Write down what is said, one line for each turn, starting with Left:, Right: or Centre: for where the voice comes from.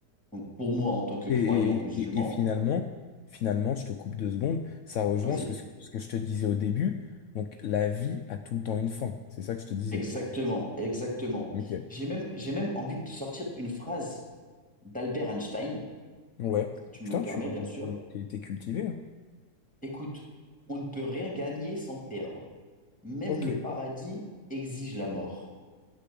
Centre: Donc pour moi, en tant que
Left: Et,
Centre: croyant
Left: et-
Centre: musulman,
Left: et- et finalement, finalement, je te coupe deux secondes, ça rejoint
Centre: vas-y,
Left: ce que, ce que je te disais au début. Donc, la vie a tout le temps une fin. C'est ça que je te disais.
Centre: exactement, exactement.
Left: Ok.
Centre: J'ai même, j'ai même envie de te sortir une phrase d'Albert Einstein,
Left: Ouais.
Centre: si tu
Left: Putain,
Centre: me le permets,
Left: tu
Centre: bien sûr.
Left: t'es t'es cultivé, hein.
Centre: Écoute, on ne peut rien gagner sans perdre. Même
Left: Ok,
Centre: le paradis exige la mort.